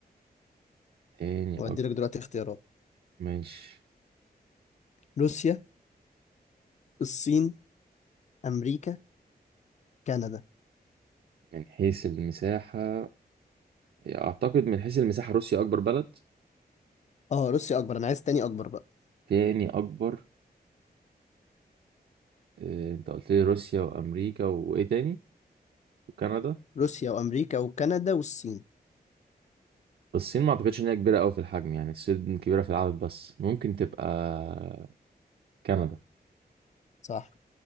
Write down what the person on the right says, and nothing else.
تاني
أكبر
ماشي
من حيث المساحة اعتقد من حيث المساحة روسيا اكبر بلد
تاني اكبر آه، انت قلت لي روسيا وامريكا وايه تاني وكندا
الصين ما اعتقدش ان هي كبيرة قوي في الحجم يعني الصين كبيرة في العدد بس ممكن تبقى كندا